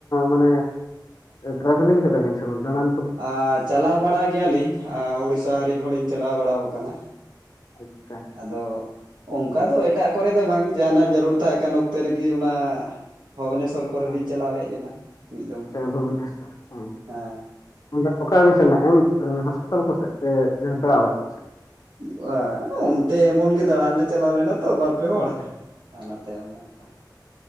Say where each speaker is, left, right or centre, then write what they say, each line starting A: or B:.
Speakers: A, on the left (about 50°); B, on the right (about 75°).
A: ᱢᱟᱱᱮᱼᱼ ᱴᱨᱟᱵᱷᱮᱞᱤᱝ ᱟᱠᱟᱫᱟ ᱵᱤᱱ ᱥᱮ ᱵᱟᱝ ᱫᱟᱲᱟᱱ?
B: ᱟ ᱪᱟᱞᱟᱣ ᱵᱟᱲᱟ ᱜᱮᱭᱟᱞᱤᱧ ᱩᱲᱤᱥᱟ ᱦᱟᱹᱨᱤᱡ ᱦᱚᱸᱞᱤᱧ ᱪᱟᱞᱟᱣ ᱵᱟᱲᱟ ᱟᱠᱟᱱᱟ᱾
A: ᱟᱪᱪᱷᱟ
B: ᱟᱫᱚᱼᱼ ᱚᱱᱠᱟ ᱫᱚ ᱮᱴᱟᱜ ᱠᱚᱨᱮ ᱫᱚ ᱵᱟᱝ ᱡᱟᱦᱟᱱᱟᱜ ᱡᱟᱹᱨᱩᱲ ᱛᱟᱦᱮᱸ ᱠᱟᱱ ᱚᱠᱛᱮ ᱨᱮᱜᱮ ᱚᱱᱟᱼᱼ ᱵᱷᱩᱵᱽᱱᱮᱥᱚᱨ ᱠᱚᱨᱮ
A: ᱦᱮᱸ
B: ᱞᱤᱧ ᱪᱟᱞᱟᱣ ᱦᱮᱡ ᱞᱮᱱᱟ᱾ ᱢᱤᱫ ᱫᱚᱢ
A: ᱥᱮ ᱵᱷᱩᱵᱽᱱᱮᱥᱚᱨ <unintelligible>
B: ᱦᱮᱸ
A: ᱚᱠᱟ ᱨᱮᱵᱤᱱ ᱥᱮᱱ ᱮᱱᱟ ᱮᱢᱥ ᱦᱚᱥᱯᱤᱛᱟᱞ ᱠᱚᱥᱮᱫ ᱥᱮ ᱯᱮᱲᱟ ᱚᱲᱟᱜ ᱠᱚᱥᱮᱫ?
B: ᱵᱟᱝᱟ ᱚᱱᱛᱮ ᱮᱢᱚᱱ ᱜᱮ ᱫᱟᱬᱟᱱ ᱞᱮ ᱪᱟᱞᱟᱣ ᱞᱮᱱᱟ ᱛᱚᱼᱼ ᱯᱮ ᱦᱚᱲ
A: ᱟᱪᱪᱷᱟ
B: ᱟᱨ ᱚᱱᱟᱛᱮ ᱚᱱᱮ ᱚᱱᱠᱟ᱾